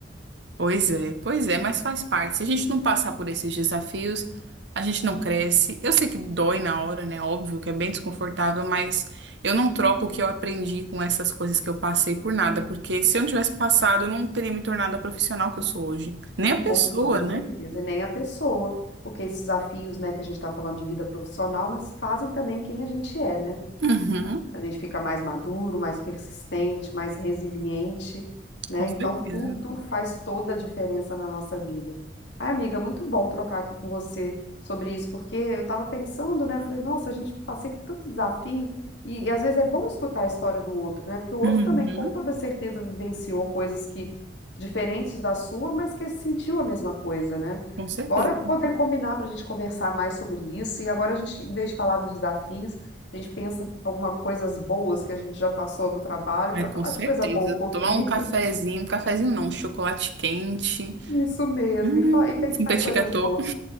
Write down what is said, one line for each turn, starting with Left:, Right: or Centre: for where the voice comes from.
Right: Pois é, pois é, mas faz parte. Se a gente não passar por esses desafios, a gente não cresce. Eu sei que dói na hora, né? Óbvio que é bem desconfortável, mas eu não troco o que eu aprendi com essas coisas que eu passei por nada, porque se eu não tivesse passado, eu não teria me tornado a profissional que eu sou hoje. Nem a
Left: Com
Right: pessoa,
Left: toda
Right: né?
Left: certeza, e nem a pessoa, porque esses desafios, né, que a gente está falando de vida profissional, mas fazem também quem a gente é, né?
Right: Uhum,
Left: A gente fica mais maduro, mais persistente, mais resiliente, né?
Right: com
Left: Então,
Right: certeza.
Left: tudo faz toda a diferença na nossa vida. Ai, amiga, muito bom trocar aqui com você sobre isso, porque eu estava pensando, né? Falei, nossa, a gente passei tanto desafio. E, e às vezes é bom escutar a história do outro, né? Porque o outro
Right: Uhum,
Left: também, com toda certeza, vivenciou coisas que diferentes da sua, mas que sentiu a mesma coisa, né?
Right: com certeza.
Left: Bora poder combinar para a gente conversar mais sobre isso. E agora a gente, em vez de falar dos desafios, a gente pensa em algumas coisas boas que a gente já passou no trabalho
Right: É,
Left: para
Right: com
Left: falar
Right: certeza.
Left: de coisa boa um pouquinho.
Right: Tomar um cafezinho, um cafezinho não, um chocolate quente.
Left: <laughs> Isso mesmo,
Right: Hum,
Left: e, fa- e pensar
Right: um petit
Left: em coisas
Right: gâteau.
Left: boas.